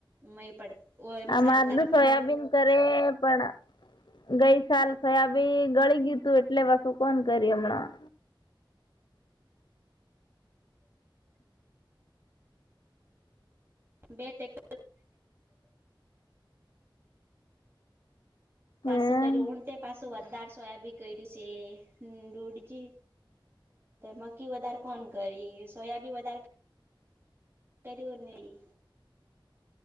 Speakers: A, on the right; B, on the left.
A: મ પડ એમ
B: આ
A: ચાલતા
B: મારું સોયાબીન
A: એમાં
B: કરે પણ ગઈ સાલ સયાબી ગળી ગય તું એટલે બસું કોણ કરી હમણાં
A: બે પાછું
B: હમ
A: કર્યું હું તે પાછું વધારે સોયાબી કર્યું છે દૂઢજી મકીી વધારે કોણ કરી સોયા બી વધારે કરીરનેય